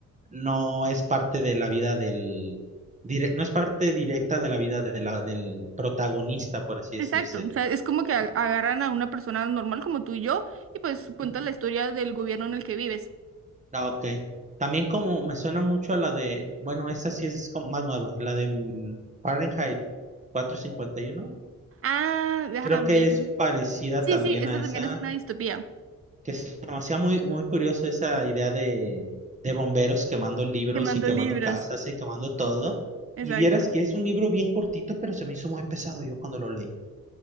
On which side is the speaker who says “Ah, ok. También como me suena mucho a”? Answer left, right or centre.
Right